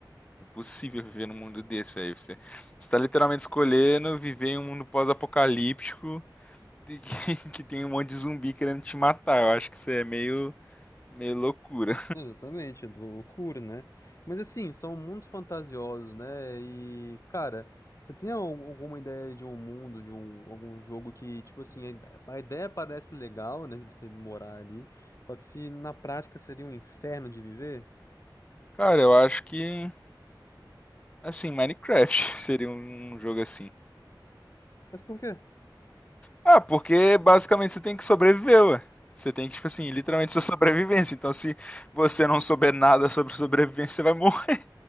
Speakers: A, on the left (about 15°); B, on the left (about 40°).
A: Impossível viver num mundo desse, velho. Você está literalmente escolhendo viver em um mundo pós-apocalíptico de que, <laughs> que tem um monte de zumbi querendo te matar. Eu acho que isso é meio, meio loucura.
B: Exatamente, do loucura, né? Mas assim, são mundos fantasiosos, né? E, cara, você tem al- alguma ideia de um mundo, de um, algum jogo que, tipo assim, a ide- a ideia parece legal, né? De você morar ali, só que se na prática seria um inferno de viver?
A: Cara, eu acho que, assim, Minecraft <laughs> seria um um jogo assim.
B: Mas por quê?
A: Ah, porque basicamente você tem que sobreviver, ué. Você tem que, tipo assim, literalmente sua <laughs> sobrevivência. Então, se você não souber nada sobre sobrevivência, você vai morrer.